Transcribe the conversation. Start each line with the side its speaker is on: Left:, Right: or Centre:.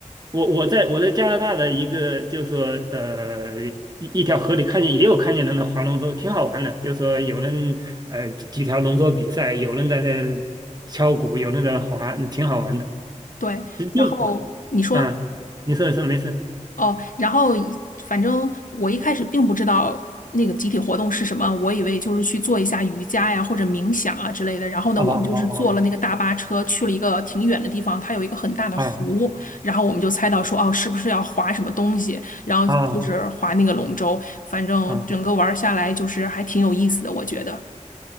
Right: 我我在我在加拿大的一个就是说呃一一条河里看见也有看见人的划龙舟，挺好玩的。就是说有人呃几几条龙舟比赛，有人在那敲鼓，有人在那划，挺好玩的。
Left: 对，
Right: 就就
Left: 然后你说。
Right: 嗯，你说你说没事。
Left: 哦，然后一反正我一开始并不知道那个集体活动是什么，我以为就是去做一下瑜伽呀或者冥想啊之类的。然后呢，
Right: 好好好好，
Left: 我们就是坐了那个大巴车去了一个挺远的地方，它有一个很大的湖，
Right: 哦
Left: 然后我们就猜到说哦，是不是要划什么东西？然后就是划那个龙舟，
Right: 哦
Left: 反正整个玩儿下来就是还挺有意思的，
Right: 哦哦，
Left: 我觉得。